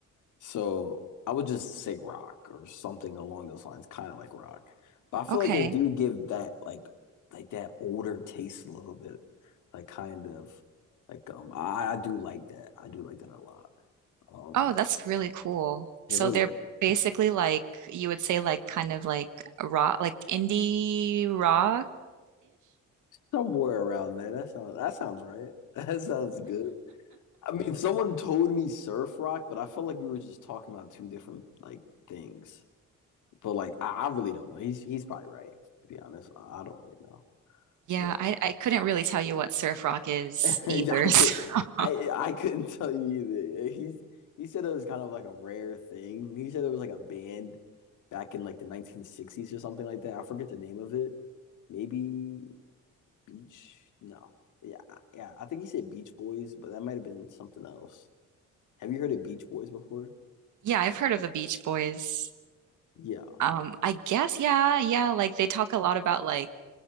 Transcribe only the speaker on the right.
Okay.
Oh, that's really cool.
So
they're
basically like you would say like kind of like a rock like indie rock-ish.
Yeah,
I, I couldn't really tell you what surf rock is
either.
<laughs> So
yeah, I've heard of the Beach Boys.
Um, I guess yeah, yeah, like they talk a lot about like